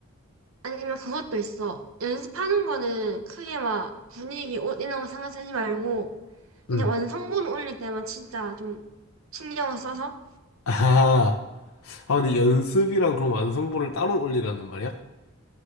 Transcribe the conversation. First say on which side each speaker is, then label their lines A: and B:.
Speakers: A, on the right; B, on the left.
A: 아니면 그것도 있어. 연습하는 거는 크게 막 분위기, 옷 이런 거 상관 쓰지 말고 그냥
B: 응.
A: 완성본 올릴 때만 진짜 좀 신경을 써서
B: 아, 아, 근데 연습이랑 그럼 완성본을 따로 올리라는 말이야?